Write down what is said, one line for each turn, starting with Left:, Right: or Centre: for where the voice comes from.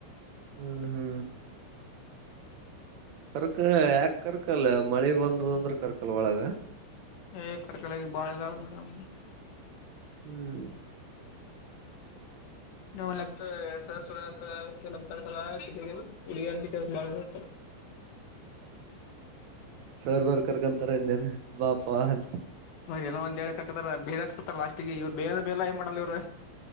Right: ಹ್ಮ್ ಹ್ಮ್ ಕರ್ಕ ಯಾಕ ಕರ್ಕಲ್ಲ ಮಳಿ ಬಂದದ ಅಂದ್ರೆ ಕರ್ಕಲ್ಲ ಒಳಗ
Left: ಏ ಕರ್ಕಳಲ್ಲ ಬಾಳ ಇದದಾಳ ಮೇಡಮ್
Right: ಹ್ಮ್
Left: ನವು ಸ ಸರ ಚ ಉಡಿ ಬಳ <unintelligible>
Right: ಸರ್ ಬರ್ ಕರ್ಕಂತರ ಇನ್ನೇನು ಬಾಪಾ ಅಂತ
Left: ಏನೋ ಒಂದ್ ಹೇಳಿ ಹ ಬೇ ಹಕತ ಲಾಸ್ಟ್ ಇವ್ ಬೇ ಬೇಾ ಏ ಮಾಡಲ ಇವ್